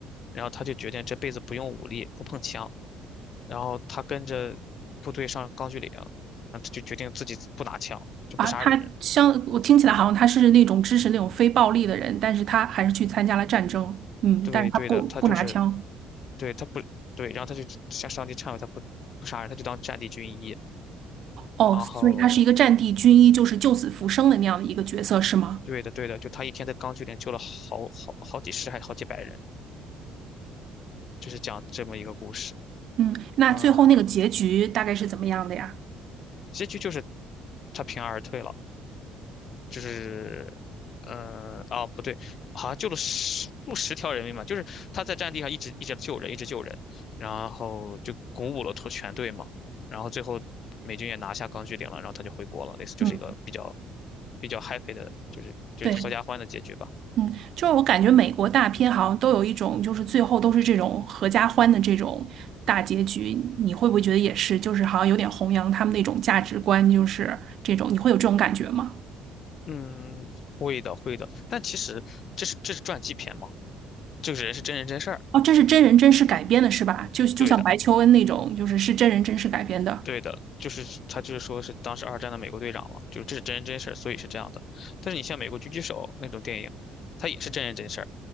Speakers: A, on the left (about 55°); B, on the right (about 60°).
A: 然后他就决定这辈子不用武力，不碰枪。然后他跟着部队上钢锯岭，然后他就决定自己不拿枪，就不杀人。
B: 啊，他像我听起来好像他是那种支持那种非暴力的人，但是他还是去参加了战争。嗯，
A: 对，
B: 但是他不不拿枪。
A: 对的，他就是对他不对，然后他就向上帝忏悔，他不不杀人，他就当战地军医。
B: 哦，
A: 然后
B: 所以他是一个战地军医，就是救死扶伤的那样的一个角色，是吗？
A: 对的，对的，就他一天在钢锯岭救了好好好几十还好几百人，就是讲这么一个故事。
B: 嗯，那最后那个结局大概是怎么样的呀？
A: 嗯，结局就是他平安而退了，就是，呃，啊，不对，好像救了十数十条人命嘛，就是他在战地上一直一直救人，一直救人，然后就鼓舞了头全队嘛，然后最后美军也拿下钢锯岭了，然后他就回国了，类似就是一个比较
B: 嗯，
A: 比较 happy 的，就是就是合家欢的结局吧。
B: 对，嗯，就是我感觉美国大片好像都有一种，就是最后都是这种合家欢的这种大结局，你会不会觉得也是？就是好像有点弘扬他们那种价值观，就是这种，你会有这种感觉吗？
A: 嗯，会的，会的，但其实这是这是传记片嘛，这个人是真人真事儿，
B: 哦，这是真人真事改编的，是吧？就就像白求恩那种，
A: 对的。
B: 就是是真人真事改编的。
A: 对的，就是他就是说是当时二战的美国队长嘛，就是这是真人真事儿，所以是这样的。但是你像美国狙击手那种电影，它也是真人真事儿，